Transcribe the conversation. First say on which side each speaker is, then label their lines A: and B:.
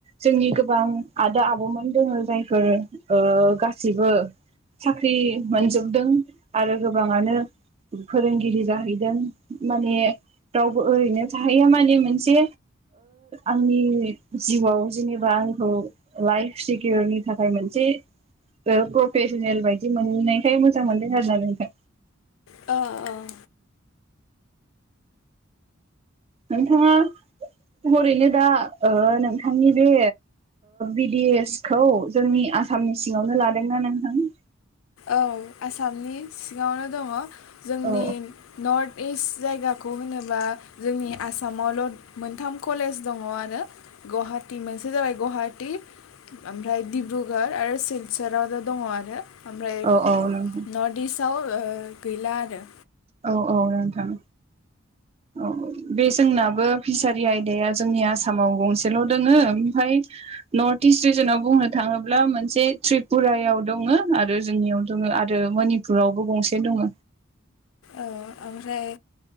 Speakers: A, on the right (about 30°); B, on the left (about 80°).
A: जोंनि गोबां आदा आबौमोन दोङो जायफोर गासिबो साख्रि मोनजोबदों आरो गोबाङानो फोरोंगिरि जाहैदों माने रावबो ओरैनो थाहैया माने मोनसे आंनि जिउआव जेनेबा आंखौ लाइफ सिकिअरनि थाखाय मोनसे थि प्रफेसनेल बायदि मोनहैनायखाय मोजां मोनदों आरो ना नोंथां
B: औ औ
A: नोंथाङा हरैनो दा नोंथांनि बे बिडि एस खौ जोंनि आसामनि सिङावनो लादोंना नोंथां
B: औ आसामनि सिगावनो दङ जोंनि
A: औ
B: नर्थ इस्ट जायगाखौ होनोबा जोंनि आसामावल' मोनथाम कलेज दङ आरो गुवाहाटी मोनसे जाबाय गुवाहाटी ओमफ्राय डिब्रुगर आरो सिलसराव' दङ आरो ओमफ्राय
A: औ औ नोंथां
B: नर्थ इस्टआव गैला आरो
A: औ औ नोंथां औ बे जोंनाबो फिसारि आयदाया जोंनि आसामाव गंसेल' दोङो ओमफ्राय नर्थ इस्ट रिजनाव बुंनो थाङोब्ला मोनसे त्रिपुरायाव दङ आरो जोंनियाव दङ आरो मनिपुरावबो गंसे दङ
B: औ ओमफ्राय